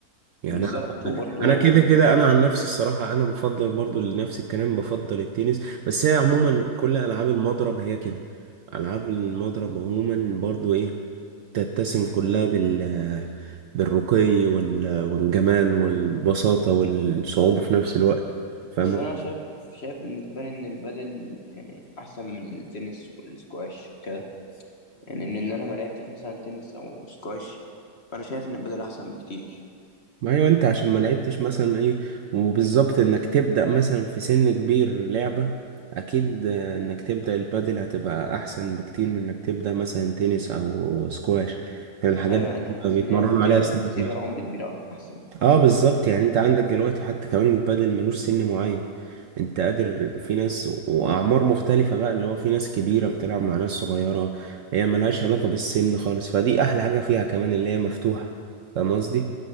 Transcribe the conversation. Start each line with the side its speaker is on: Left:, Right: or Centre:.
Right: يعني
Left: بالظبط
Right: انا
Left: وبرضه
Right: انا كده كده انا عن نفسي الصراحه انا بفضل برضو لنفس الكلام بفضل التنس بس هي عموما كل العاب المضرب هي كده العاب المضرب عموما برضو ايه تتسم كلها بال بالرقي وال... والجمال والبساطه والصعوبه في نفس الوقت فاهم
Left: بس انا شايف شايف بالنسبه لي ان البدل يعني احسن من التنس والسكواش وكده يعني ان إن انا ما لعبتش مثلا تنس او سكواش فانا شايف ان البدل احسن بكتير
Right: ما ايوه انت عشان ما لعبتش مثلا ايه وبالظبط انك تبدأ مثلا في سن كبير لعبة اكيد آه، انك تبدأ البادل هتبقى احسن بكتير من انك تبدأ مثلا تنس او سكواش يعني الحاجات
Left: ايوه
Right: دي
Left: يعني
Right: بتبقى
Left: انا حاسس
Right: بيتمرنوا
Left: ان هي بتقبل
Right: عليها سن
Left: بتقبل
Right: ما.
Left: عمر كبير أوي احسن
Right: اه بالظبط يعني انت عندك دلوقتي حتى كمان البادل ملوش سن معين انت قادر في ناس واعمار مختلفة بقى اللي هو في ناس كبيرة بتلعب مع ناس صغيرة هي ملهاش علاقة بالسن خالص فدي احلى حاجة فيها كمان اللي هي مفتوحة فاهم قصدي؟